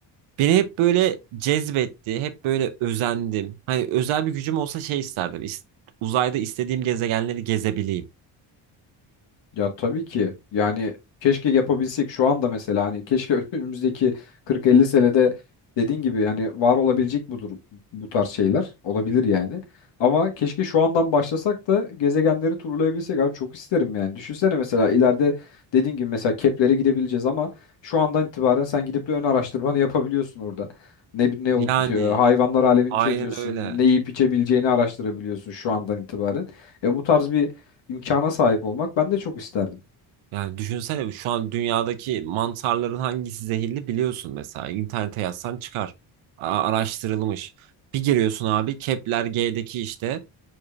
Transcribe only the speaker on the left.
Ya tabii ki. Yani keşke yapabilsek şu anda mesela hani keşke <laughs> önümüzdeki 40-50 senede dediğin gibi yani var olabilecek budur bu tarz şeyler. Olabilir yani. Ama keşke şu andan başlasak da gezegenleri turlayabilsek abi çok isterim yani. Düşünsene mesela ileride dediğin gibi mesela Kepler'e gidebileceğiz ama şu andan itibaren sen gidip de ön araştırmanı yapabiliyorsun orada. Ne ne olup
bitiyor? Hayvanlar alemini
çözüyorsun.
Ne yiyip içebileceğini araştırabiliyorsun şu andan itibaren. E bu tarz bir imkana sahip olmak ben de çok isterdim.